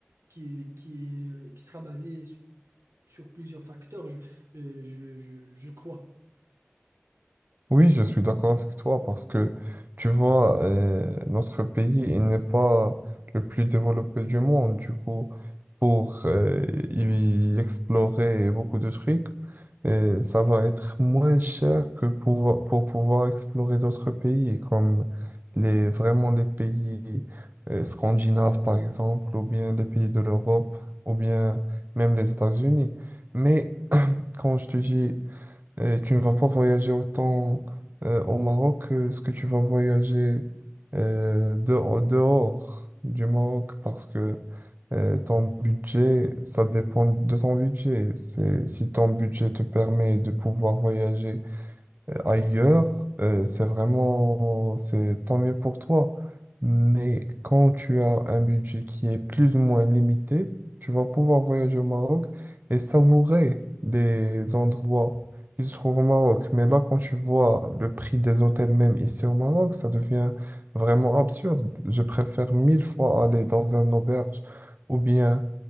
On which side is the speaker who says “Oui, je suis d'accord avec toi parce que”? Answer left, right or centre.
Right